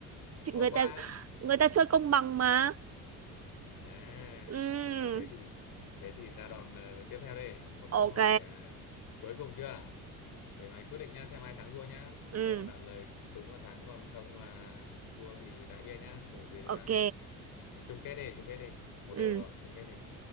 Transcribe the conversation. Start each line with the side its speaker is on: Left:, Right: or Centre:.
Right: Chị-
Left: bỏ
Right: người
Left: qua
Right: ta người ta chơi công bằng mà
Left: À,
Right: ừ
Left: thế thì thế thì ra đòn ờ, tiếp theo đây, một
Right: ok
Left: câu hỏi ờ, cuối cùng chưa? Để mày quyết định nhá, xem ai thắng thua nhá.
Right: ừ
Left: Tớ mà trả lời đúng là thắng còn không là thua thì đái bia nhá, bởi vì là
Right: ok
Left: à, chung kết đi, chung kết đi, một
Right: ừ
Left: đều rồi, chung kết đi.